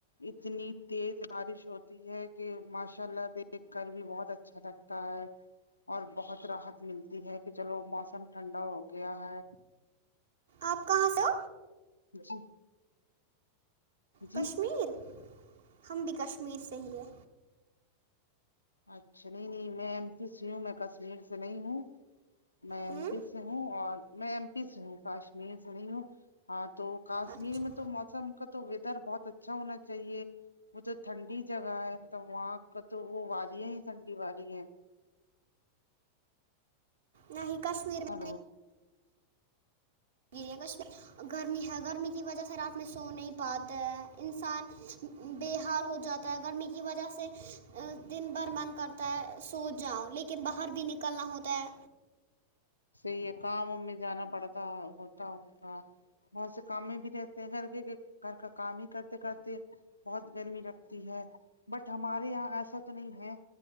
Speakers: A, on the left; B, on the right.
A: اتنی تیز بارش ہوتی ہے کہ ماشاء اللہ دیکھ کر بھی بہت اچ اچھا لگتا ہے اور بہت راحت ملتی ہے کہ چلو موسم ٹھنڈا ہو گیا ہے
B: آپ کہاں سے ہو
A: جی جی
B: کشمیر ہم بھی کشمیر سے ہی ہیں
A: اچھا نہیں نہیں میں ایم سی سی ہوں میں کشمیر سے نہیں ہوں میں ایم
B: ہوں
A: پی سے ہوں اور میں ایم پی سے ہوں کاشمیر سے نہیں ہوں ہاں تو کاشمیر
B: اچھا
A: میں تو موسم کا تو ویدر بہت اچھا ہونا چاہیے وہ تو ٹھنڈی جگہ ہے مطلب وہاں کا تو وہ وادیاں ہی ٹھنڈی والی ہیں
B: نہیں کشمیر میں
A: ہ
B: گ کش گرمی ہے گرمی کی وجہ سے رات میں سو نہیں پاتے ہے انسان بے حال ہو جاتا ہے گرمی کی وجہ سے دن بھر من کرتا ہے سو جاؤں لیکن لیکن باہر بھی نکلنا ہوتا ہے
A: صحیح ہے کام وم میں جانا پڑتا ہوتا ہوتا بہت سے کام میں بھی رہتا کر کے کہ گھر کا کام ہی کرتے کرتے بہت گرمی لگتی ہے بٹ ہمارے یہاں ایسا تو نہیں ہے